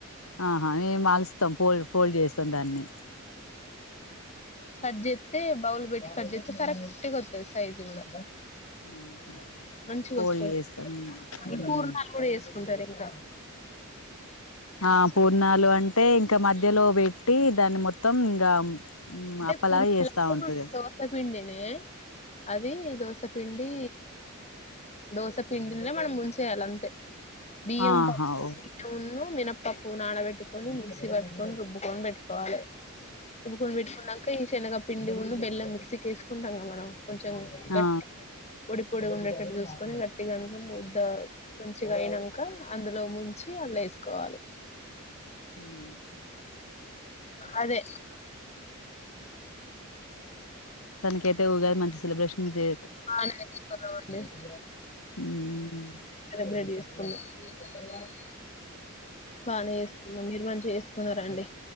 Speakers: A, on the left; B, on the left.
A: ఆహా మేము మాల్స్తాం పోల్ పోల్డ్ చేస్తాం దాన్ని
B: కట్‌ జెతే బౌల్ బెట్టి కట్జెతే కరక్ట్' గొతదిసైజ్ కూడా
A: ఆహా
B: మంచిగా
A: ఫోల్డ్
B: వస్తది
A: చేస్తాం ఉమ్
B: ఈ పూర్ణాలు కూడా చెసుకొచ్చు దరింక
A: ఆ పూర్ణాలు అంటే ఇంక మధ్యలో పెట్టి దాన్ని మొత్తం ఇంకా ఉమ్
B: అంటే
A: అప్పలాగా చేస్తా
B: <unintelligible>
A: ఉంటారుగా
B: దోసపిండినే అదీ దోస పిండి దోస పిండిల్నే మనం ముంచేయ్యాలంతె. బియ్యం
A: ఆహా
B: పప్పుబియ్యం
A: ఓకే
B: ఉన్నూ మినప పప్పు నాడబెట్టుకొని మిక్సీ పట్టుకొని రుబ్బుకొని బెట్టుకోవాలె. రుబ్బుకొని పెట్టుకున్నంక ఈ శనగ పిండి వున్ను బెల్లం మిక్సి కేసుకుంటంగా మనం. కొంచం గట్టిగ
A: ఆ
B: పొడి పొడిగుండేటట్టు జూసుకొని గట్టిగనుకొని ముద్ధా మంచిగ అయినంకా అందులో ముంచి లేసుకోవాలె.
A: <unintelligible>
B: అదే <inaudible>
A: మొత్తానికైతే ఉగాది మంచి సెలబ్రేషన్ చే
B: ఆ రెడీ చేస్కున్నామండి
A: ఉమ్
B: రుబ్బి రెడీ చేస్ <unintelligible> బానే యేసుకున్నం మీరు మంచిగ యేస్కున్నరా అండి.